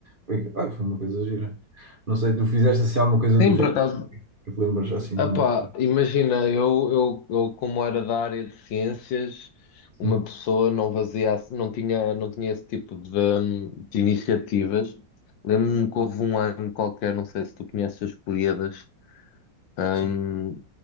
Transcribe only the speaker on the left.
Sim,
por acaso,
Ah
pá, imagina, eu, eu, eu como era da área de ciências, uma
pessoa não fazia, ass- não tinha, não tinha esse tipo de, de iniciativas. Lembro-me que houve um ano qualquer, não sei se tu conheces as Políadas. hum,